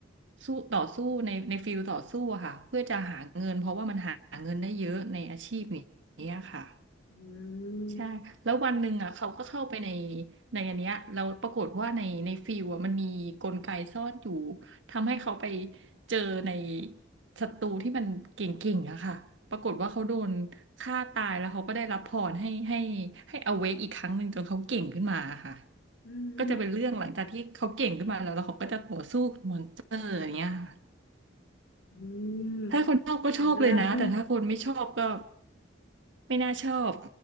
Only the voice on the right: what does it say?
สู้ต่อสู้ในในฟิลต่อสู้อะค่ะเพื่อจะหาเงินเพราะว่ามันหาเงินได้เยอะในอาชีพนี้ค่ะ
ใช่แล้ววันหนึ่งอ่ะเขาก็เข้าไปในในอันเนี้ยเราปรากฏว่าในในฟิลอ่ะมันมีกลไกซ่อนอยู่ทำให้เขาไปเจอในศัตรูที่มันเก่งๆอะค่ะปรากฏว่าเขาโดนฆ่าตายแล้วเขาก็ได้รับพรให้ให้ให้อเวกอีกครั้งหนึ่งจนเขาเก่งขึ้นมาค่ะ
ก็จะเป็นเรื่องหลังจากที่เขาเก่งขึ้นมาแล้วแล้วเขาก็จะต่อสู้กับมอนสเตอร์อย่างเงี้ยค่ะ
ถ้าคนชอบก็ชอบเลยนะแต่ถ้าคนไม่ชอบก็
ไม่น่าชอบ